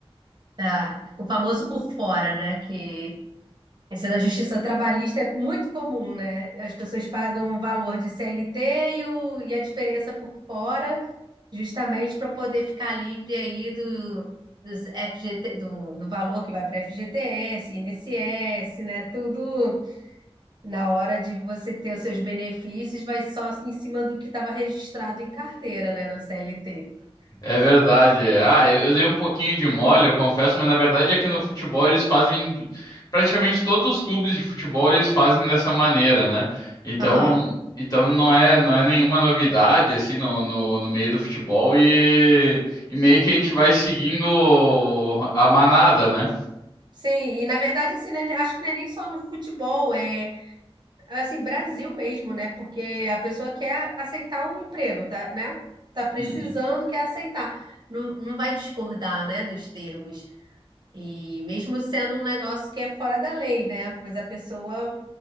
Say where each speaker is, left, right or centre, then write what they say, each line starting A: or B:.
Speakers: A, on the right; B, on the left.
A: Ah, o famoso por fora, né, que Esse da justiça trabalhista é muito comum, né? As pessoas pagam o valor de CLT e, o- e a diferença por fora, justamente para poder ficar livre aí do, dos FGT, do, do valor que vai para FGTS, INSS, né? Tudo, Na hora de você ter os seus benefícios, vai só em cima do que estava registrado em carteira, né, na CLT.
B: É verdade. Ah, eu, eu dei um pouquinho de mole, eu confesso, mas na verdade aqui no futebol eles fazem. Praticamente todos os clubes de futebol eles fazem dessa maneira, né? Então,
A: Aham.
B: então não é, não é nenhuma novidade, assim, no, no, no meio do futebol e, e meio que a gente vai seguindo a manada, né?
A: Sim, e na verdade, assim, né, acho que não é nem só no futebol, é assim, Brasil mesmo, né? Porque a pessoa quer aceitar o emprego, tá, né? Tá precisando,
B: Hum. hum.
A: quer aceitar. Não, não vai discordar, né, dos termos. E mesmo sendo um negócio que é fora da lei, né? Mas a pessoa